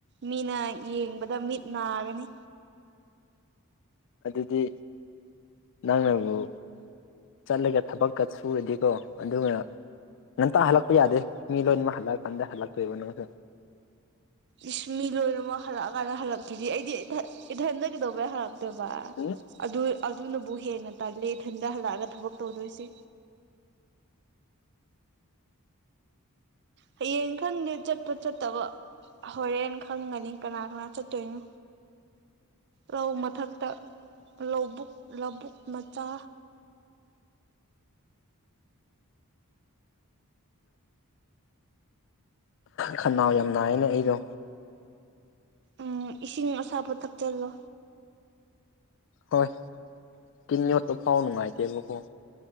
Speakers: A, on the right; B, on the left.
A: ꯃꯤꯅ ꯌꯦꯡꯕꯗ ꯃꯤꯠ ꯅꯥꯒꯅꯤ
B: ꯑꯗꯨꯗꯤ ꯅꯪꯅꯕꯨ ꯆꯠꯂꯒ ꯊꯕꯛꯀ ꯁꯨꯔꯗꯤꯀꯣ ꯑꯗꯨꯒ ꯉꯟꯇ ꯍꯜꯂꯛꯄ ꯌꯥꯗꯦ ꯃꯤ ꯂꯣꯟꯕ ꯑꯃ ꯍꯜꯂꯛꯑ ꯀꯥꯟꯗ ꯍꯜꯂꯛꯇꯣꯏꯕ ꯅꯪꯁꯨ
A: ꯏꯁ ꯃꯤ ꯂꯣꯏꯅꯃꯛ ꯍꯜꯂꯛꯑꯀꯥꯟꯗ ꯍꯜꯂꯛꯛꯇꯗꯤ ꯑꯩꯗꯤ ꯏꯊꯟꯗ ꯀꯩꯗꯧꯕ ꯌꯥꯏ ꯍꯜꯂꯑꯦ ꯠꯇꯕ
B: ꯎꯝ
A: ꯑꯗꯨ ꯑꯗꯨꯅꯕꯨ ꯍꯦꯟꯅ ꯇꯜꯂꯤ ꯏꯊꯟꯗ ꯍꯜꯂꯛꯑꯒ ꯊꯕꯛ ꯇꯧꯗꯣꯏꯁꯤ ꯍꯌꯦꯡ ꯈꯪꯗꯦ ꯆꯠꯄ ꯆꯠꯇꯕ ꯍꯣꯏꯣꯔꯦꯟꯅ ꯈꯪꯒꯅꯤ ꯀꯅꯥ ꯀꯅꯥ ꯆꯠꯇꯣꯏꯅꯣ ꯔꯧ ꯃꯊꯛꯇ ꯂꯧꯕꯨꯛ ꯂꯧꯕꯨꯛ ꯃꯆꯥ
B: ꯈꯅꯥꯎ ꯌꯥꯝ ꯅꯥꯏꯅ ꯑꯩꯗꯣ
A: ꯎꯝ ꯏꯁꯤꯡ ꯑꯁꯥꯕ ꯊꯛꯆꯜꯂꯣ
B: ꯍꯣꯏ ꯇꯤꯟ ꯌꯣꯠꯄ ꯐꯥꯎ ꯅꯨꯡꯉꯥꯏꯇꯦꯕꯀꯣ